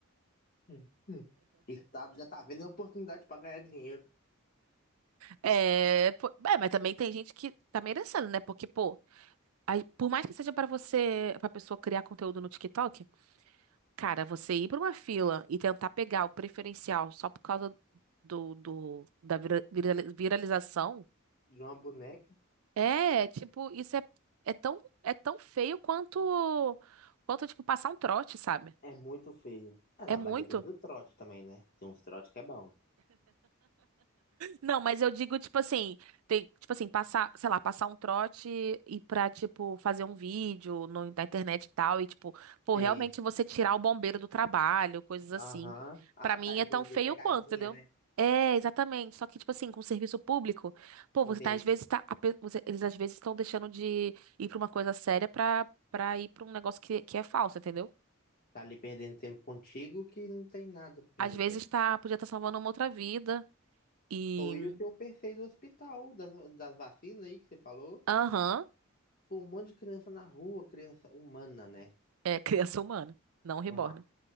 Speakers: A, on the left (about 45°); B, on the right (about 80°).
A: Hum, hum. O Estado já tá vendo a oportunidade pra ganhar dinheiro
B: É, pô, é, mas também tem gente que tá merecendo, né? Porque, pô, aí, por mais que seja pra você, pra pessoa criar conteúdo no TikTok, cara, você ir pra uma fila e tentar pegar o preferencial só por causa do, do, da vira- virali- viralização.
A: de uma boneca.
B: É, tipo, isso é, é tão, é tão feio quanto, quanto, tipo, passar um trote, sabe?
A: É muito feio. Ah,
B: É
A: não,
B: muito.
A: mas depende do trote também, né? Tem uns trotes que é bom.
B: Não, mas eu digo, tipo assim, tem, tipo assim, passar, sei lá, passar um trote e pra, tipo, fazer um vídeo no, na internet e tal, e, tipo, pô, realmente
A: Sim.
B: você tirar o bombeiro do trabalho, coisas assim.
A: Aham. Ah,
B: Pra mim
A: tá, entendi.
B: é tão feio
A: Pegadinha,
B: quanto, entendeu?
A: né?
B: É, exatamente. Só que, tipo assim, com o serviço público, pô,
A: Entendi.
B: você tá, às vezes, tá, a pe- você- eles às vezes estão deixando de ir pra uma coisa séria pra, pra ir pra um negócio que, que é falso, entendeu?
A: Tá ali perdendo tempo contigo que não tem nada pra perder
B: Às vezes
A: tempo.
B: tá, podia estar salvando uma outra vida e,
A: Foi o que eu pensei do hospital, das, das vacinas aí que você falou.
B: aham,
A: Pô, um monte de criança na rua, criança humana, né?
B: é <laughs> criança humana, não reborn.
A: Uma...